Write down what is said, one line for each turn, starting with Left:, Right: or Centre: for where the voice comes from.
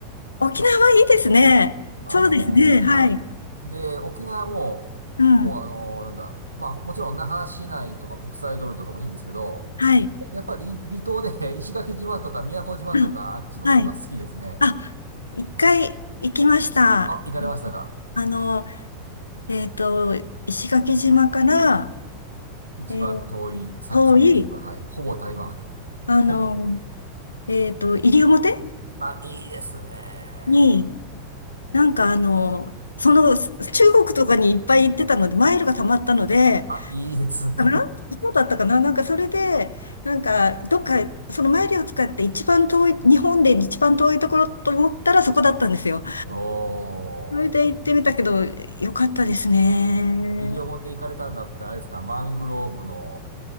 Left: 沖縄いいですね。
Right: あのーはい。
Left: そうですね。はい。
Right: で、沖縄も、
Left: うん。
Right: もうあのーなんだ、まあもちろん那覇市内とか国際通りとかもいいんですけど、
Left: はい。
Right: ややっぱり離島で <laughs> 石垣島とか宮古島とかあっちの方が好きですね。
Left: うんはい。あ、一回行きました。
Right: あ、行かれましたか
Left: あの、えっと、石垣島から、
Right: 一番遠い三角の島。
Left: えー遠い、
Right: はい。ほぼ台湾。
Left: あの、
Right: <laughs>
Left: えっと、西表
Right: あ、いいですね。
Left: に、なんかあの、その、す中国とかにいっぱい行ってたので、マイルが溜まったので、
Right: あ、いいですね。
Left: かなそうだったかななんかそれで、なんか、どっか、そのマイルを使って一番遠い、日本で一番遠いところと思ったらそこだったんですよ。
Right: <laughs> おー。
Left: それで行ってみたけど、よかったですね。
Right: 西表行かれたんだってあれですか、マングローブの